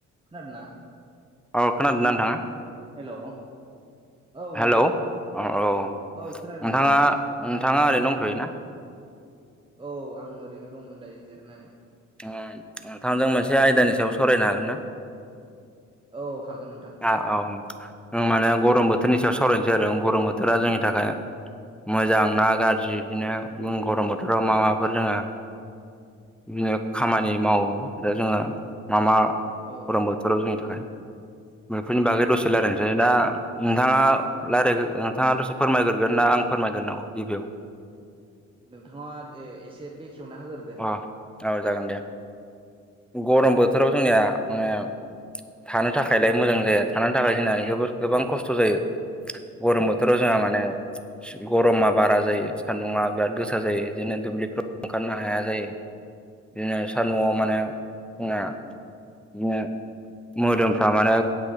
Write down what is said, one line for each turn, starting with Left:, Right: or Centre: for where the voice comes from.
Right: खोनादों ना?
Centre: अ खोनादोंना नोंथाङा
Right: हेल' औ
Centre: हेलौ
Right: नोंथां
Centre: अ औ
Right: औ खोनादों
Centre: नोंथाङा
Right: नोंथां
Centre: नोंथाङा ओरैनो दंथ'योना
Right: औ आं ओरैनो दंमोन दायो जिरायनानै
Centre: नोंथांजों मोनसे आयदानि सायाव सावरायनो हागोन ना?
Right: औ हागोन नोंथां
Centre: औ माने गरम बोथोरनि सायाव सावरायनोसै आरो गरम बोथोरा जोंनि थाखाय मोजां ना गाज्रि बिदिनो गरम बोथोराव माफोर जोङो <unintelligible> खामानि मावो
Right: औ
Centre: आरो जोङो मा मा
Right: औ
Centre: गरम बोथोराव जोंनि थाखाय बेफोरनि बागै दसे रायलायनोसै दा नोंथाङा रायलाय नोंथाङा दसे फोरमायग्रगोन ना आं फोरमायग्रोनांगौ गिबियाव
Right: नोंथाङा एसे बेखेवना होग्रोदो
Centre: अ औ जागोन दे गरम बोथोराव जोंनिया माने थानो थाखायलाय मोजां जाया थानो थाखाय जोंना जोबोद गोबां खस्थ' जायो गरम बोथोराव
Right: औ
Centre: जोंहा माने गरमा बारा जायो सान्दुुंङा बिराद गोसा जायो बिदिनो दुब्लिफ्राव ओंखारनो
Right: औ
Centre: हाया जायो बिदिनो सान्दुङाव माने जोंना बिदिनो मोदोम फ्रा माने